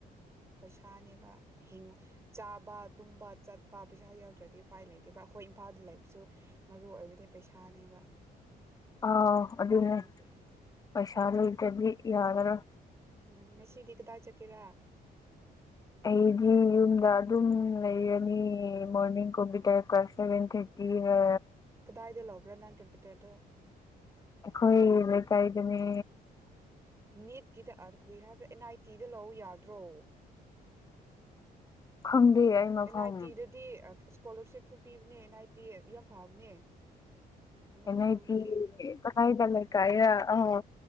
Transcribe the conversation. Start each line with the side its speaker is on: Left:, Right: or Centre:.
Right: ꯄꯩꯁꯥꯅꯦꯕ ꯍꯤꯡ ꯆꯥꯕ ꯇꯨꯝꯕ ꯆꯠꯄ ꯄꯩꯁꯥ ꯌꯥꯎꯗ꯭ꯔꯗꯤ ꯎꯄꯥꯏ ꯂꯩꯇꯦꯕ ꯑꯩꯈꯣꯏ ꯏꯝꯐꯥꯜꯗ ꯂꯩꯕꯁꯨ ꯃꯔꯨꯑꯣꯏ ꯑꯣꯏꯕꯗꯤ ꯄꯩꯁꯥꯅꯦꯕ
Left: ꯑ ꯑꯗꯨꯅꯦ
Right: ꯑꯗꯨꯒꯤ
Left: ꯄꯩꯁꯥ ꯂꯩꯇ꯭ꯔꯗꯤ ꯌꯥꯔꯔꯣꯏ
Right: ꯎꯝ ꯉꯁꯤꯗꯤ ꯀꯗꯥꯏ ꯆꯠꯀꯦꯔꯥ
Left: ꯑꯩꯗꯤ ꯌꯨꯝꯗ ꯑꯗꯨꯝ ꯂꯩꯔꯅꯤꯌꯦ ꯃꯣꯔꯅꯤꯡ ꯀꯝꯄꯨꯇꯔ ꯀ꯭ꯂꯥꯁ ꯁꯕꯦꯟ ꯊꯔꯇꯤꯅꯦ
Right: ꯀꯗꯥꯏꯗ ꯂꯧꯕ꯭ꯔꯥ ꯅꯪ ꯀꯝꯄꯤ ꯇꯔꯗꯣ
Left: ꯑꯩꯈꯣꯏ ꯂꯩ ꯀꯥꯏꯗꯅꯦ
Right: ꯅꯤꯠꯀꯤꯗ ꯑꯟꯈ꯭ꯔꯤ ꯍꯥꯏꯕ꯭ꯔ ꯑꯦꯟ ꯑꯥꯏ ꯇꯤꯗ ꯂꯧꯎ ꯌꯥꯗ꯭ꯔꯣ
Left: ꯈꯪꯗꯦ ꯑꯩ ꯃꯐꯝ
Right: ꯑꯦꯟ ꯑꯥꯏ ꯇꯤꯗꯗꯤ ꯏꯁꯀꯣꯂꯔꯁꯤꯞꯁꯨ ꯄꯤꯕꯅꯦ ꯑꯟ ꯅꯥꯏ ꯇꯤ ꯗ ꯌꯥꯝ ꯐꯕꯅꯦ ꯑꯂꯥ
Left: ꯑꯦ ꯅꯥꯏ
Right: ꯅꯪꯗꯤ
Left: ꯇꯤ ꯀꯗꯥꯏꯗ ꯂꯩ ꯀꯥꯏꯔ ꯑꯣ